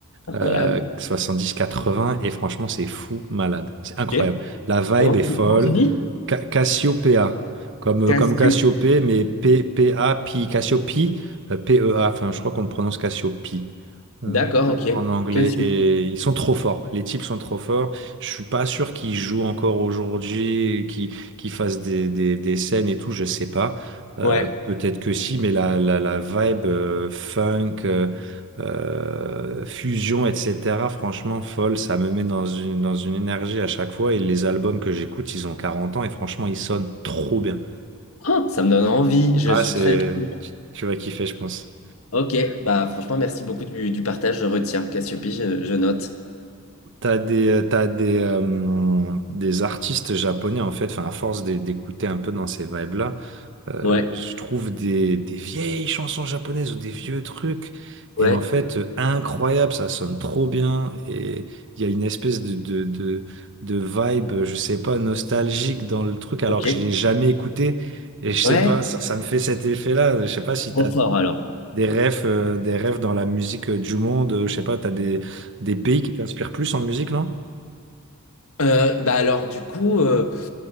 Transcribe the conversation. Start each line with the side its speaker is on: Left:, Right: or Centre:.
Left: incroyable.
Right: euh, 70-80 et franchement c'est fou malade, c'est incroyable.
Left: Ok.
Right: La vibe
Left: Comment
Right: est
Left: tu,
Right: folle,
Left: comment tu dis?
Right: Ca- Cassiopeia, comme,
Left: Cassio.
Right: euh, comme Cassiopée, mais P, P, A, Pi, Cassiopi, euh, P, E, A, enfin, je crois qu'on le prononce Cassiopi. euh,
Left: D'accord, ok.
Right: en anglais
Left: Cassio.
Right: et ils sont trop forts. Les types sont trop forts. Je suis pas sûr qu'ils jouent encore aujourd'hui, qu'ils qu'ils fassent des, des, des scènes et tout, je sais pas. Euh,
Left: Ouais.
Right: peut-être que si, mais la, la, la vibe euh, funk euh, euh, fusion, etc. Franchement, folle, ça me met dans une, dans une énergie à chaque fois. Et les albums que j'écoute, ils ont 40 ans et franchement, ils sonnent trop bien.
Left: Oh, ça me donne envie. Je
Right: Ah,
Left: suis
Right: c'est...
Left: très. curieux.
Right: Tu tu vas kiffer, je pense.
Left: Ok, bah franchement, merci beaucoup du, du partage. Je retiens. Cassiope, je, je note.
Right: T'as des, euh, t'as des, euh, des artistes japonais, en fait, enfin, à force d'é- d'écouter un peu dans ces vibes-là, euh,
Left: Ouais.
Right: je trouve des, des vieilles chansons japonaises ou des vieux trucs.
Left: Ouais.
Right: Et en fait, euh, incroyable, ça sonne trop bien. Et il y a une espèce de, de, de, de vibe, euh, je sais pas, nostalgique dans le truc, alors
Left: Ok.
Right: que je l'ai jamais écouté. Et je sais
Left: Ouais.
Right: pas, ça, ça me fait cet effet-là. Je sais pas si
Left: Trop
Right: t'as
Left: fort alors.
Right: des rêves, euh, des rêves dans la musique euh, du monde. euh, Je sais pas, t'as des, des pays qui t'inspirent plus en musique, non?
Left: Euh, bah alors du coup, euh,